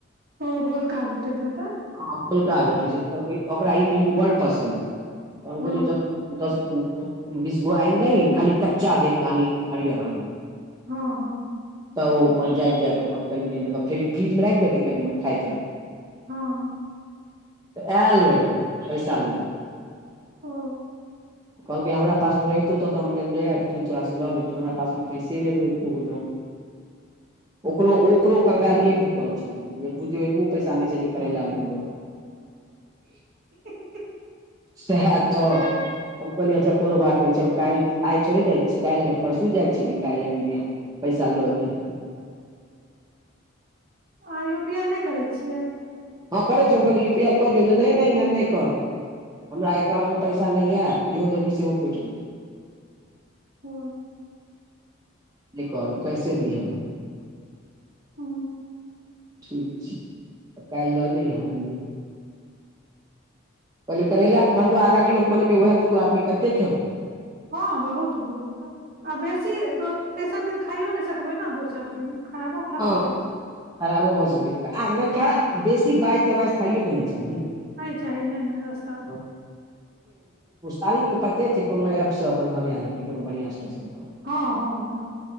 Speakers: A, on the right; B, on the right.
A: ओ गोलका भेटैत हेते
B: हैं पलका भेटै छै तऽ कहलकै ओकरा ई ना निम्बू बड़ पसन्द तऽ कहली
A: हँ
B: दस बीस गो आइ द खाली चाद
A: हँ
B: कान हर ह
A: हँ
B: तऽ ओ अपन जाइत जाइतत अपन कनि दिन तऽ फे फ्रीज मे लागि देतै कनि म खाइत
A: ह
B: तऽ आयल रहै पैसा ल
A: ओ।
B: कहलकै हमरा पास मे रहितौ तो हम नहि आबितौ तोरा सँ लऽ लेतौ हमरा पास मे पैसे नहि रहौ ओकरो ओकरो कंगालीए ढुकल छै। बझ ब पैस न छै जे करैला भऽ
A: ह
B: सएह तऽ हम कहलियै अच्छा कोनो बात नहि छै हम काल्हि। आइ थोड़े जाय छी काल्हि नहि परसू जाइ छियै ने काल्हि आनि दिय पैसा लऽ दियह
A: आई यू पी ए नहि करै छियै
B: हँ करै छै कहल यू पी आई कऽ दिय तऽ नहि नहि कर हमरा एकाउंट मे पैसा नहि यऽ जेहो देबही सेहो कटटि जेतौ।
A: ओ।
B: एक आर कैसे दिए।
A: ह।
B: ठीक छै तऽ काल्हि लऽ जबह एली कहलै करैलाके भरआ आ किलो बनेबैए दू आदमी कते खेबै
A: हँ बहुत भेलै तऽ आ बेसी तेसर दिन खाइयो नहि सकबै ने दोसर दिन। खराबो भऽ
B: हँ
A: सकै छै
B: खराबो भऽ सकै छै आब नय खराब बेसी बाइस तमाइश खाइयो के नय चाही
A: नय चाही नय <unintelligible>
B: <unintelligible> तरिक त पते छै कोनो एपसँ अपन मेंगा लेतै कोनो बढ़िआं स्टेशन पर
A: हँ हँ हँ